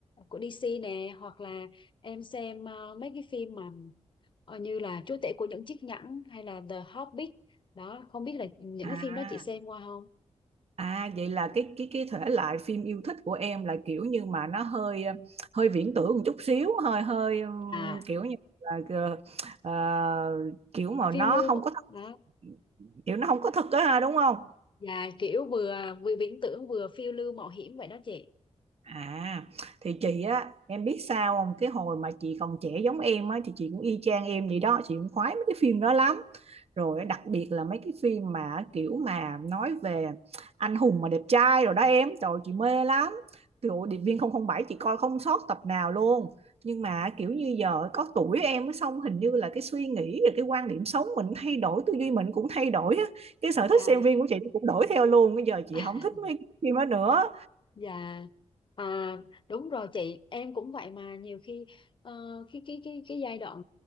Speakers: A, on the left; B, on the right.
A: của DC nè, hoặc là em xem ờ, mấy cái phim mà ờ, như là Chúa tể của những chiếc nhẫn hay là The Hobbit. Đó, không biết là những
B: À,
A: cái phim đó chị xem qua không?
B: à vậy là cái cái cái thể loại phim yêu thích của em là kiểu như mà nó hơi ờ, hơi viễn tưởng một chút xíu, hơi hơi ừm,
A: À,
B: kiểu như là ờ, ờ, kiểu mà
A: phiêu
B: nó
A: lưu
B: không
A: mộ-
B: có thật,
A: đó.
B: kiểu nó không có thật á ha, đúng không?
A: Dạ kiểu vừa vừa viễn tưởng vừa phiêu lưu mạo hiểm vậy đó chị.
B: À, thì chị á, em biết sao không? Cái hồi mà chị còn trẻ giống em á, thì chị cũng y chang em vậy đó, chị cũng khoái mấy cái phim đó lắm. Rồi đặc biệt là mấy cái phim mà kiểu mà nói về anh hùng mà đẹp trai rồi đó em, trời ơi, chị mê lắm. Kiểu Điệp viên không không bảy chị coi không sót tập nào luôn. Nhưng mà kiểu như giờ có tuổi em á, xong hình như là cái suy nghĩ rồi cái quan điểm sống mình thay đổi, tư duy mình cũng thay đổi á. Cái sở
A: Dạ.
B: thích xem phim của chị cũng đổi theo luôn. Bây giờ chị
A: <laughs>
B: không thích mấy cái phim đó nữa.
A: Dạ à đúng rồi chị em cũng vậy mà nhiều khi ờ, cái cái cái cái giai đoạn